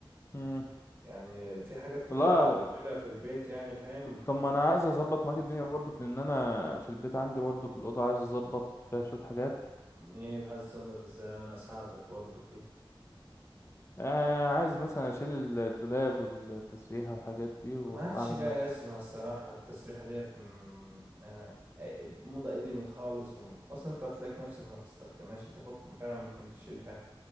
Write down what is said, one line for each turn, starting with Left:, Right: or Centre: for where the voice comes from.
Left: مم.
Right: يعني في حاجات كتير
Left: والله
Right: عايز اعملها في البيت يعني فاهم
Left: طب ما انا عايز اظبط معاك الدنيا برضك لان انا في البيت عندي برضك الاوضه عايز اظبط فيها شويه حاجات
Right: طب ايه هظبط ازاي انا اساعدك برضو فيه
Left: آه عايز مثلا اشيل الدولاب والتسريحه والحاجات دي واعمل
Right: ما عادش ليها
Left: مكتب
Right: لازمة الصراحة التسريحة ديت مم، يعني إيه، موضة قديمت خالص وم- أصلا أنت هتلاقي نفسك ما بتستخدمهاش أنت فوق فعلا ممكن تشيلها